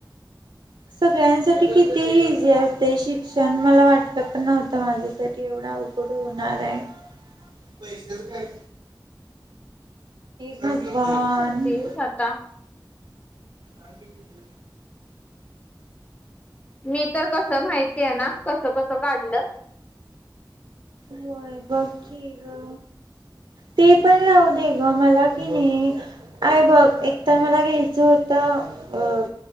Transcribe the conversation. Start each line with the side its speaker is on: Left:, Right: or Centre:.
Right: सगळ्यांसाठी किती इझी असते शिक शिक्षण मला वाटलं पण नव्हतं माझ्यासाठी एवढ अवघड होणार आहे. पैसेच काय? भगवान
Left: काय करतेस आता?
Right: हं <unintelligible>
Left: मी तर कसं माहिती आहे ना? कसं कसं काढलं,
Right: होय बघ की ग. ते पण राहू दे ग, मला कणी. आहे बघ एकतर मला घ्यायचं होतं, अ